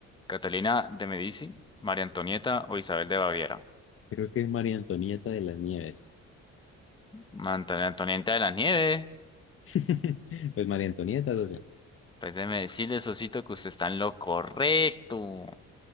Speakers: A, on the left; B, on the left.
A: Catalina de Medici, María Antonieta o Isabel de Baviera.
B: Creo que es María Antonieta de las Nieves.
A: María Antonieta de las Nieves,
B: <laughs> Pues María Antonieta, socio.
A: pues déjeme decirle, sosito, que usted está en lo correcto.